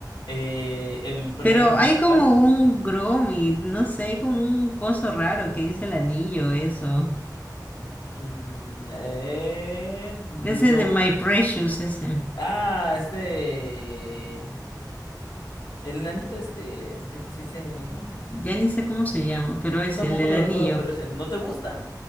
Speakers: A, on the left; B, on the left.
A: Eh, el personaje
B: Pero
A: principal.
B: hay como un Gromit, no sé, hay como un coso raro que dice el anillo, eso.
A: mm, eh, no.
B: Ese de My Precious, ese.
A: Ah, este. El nanito este, este, ¿cómo se dice?
B: Ya ni sé cómo se llama, pero es
A: Yo tampoco
B: el del
A: lo
B: anillo.
A: recuerdo, pero ese, ¿no te gusta?